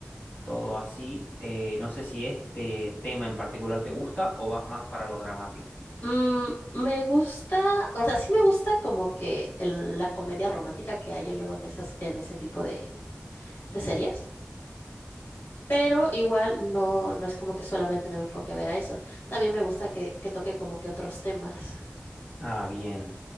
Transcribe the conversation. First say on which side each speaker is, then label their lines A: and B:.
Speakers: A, on the left; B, on the left.
A: todo así. Eh, no sé si este tema en particular te gusta o vas más para lo dramático.
B: Mm, me gusta, o sea, sí me gusta como que el- la comedia romántica que hay luego en esas, en ese tipo de, de series. Pero igual no, no es como que solamente me enfoque a ver a eso. También me gusta que, que toque como que otros temas. <laughs>
A: Ah, bien.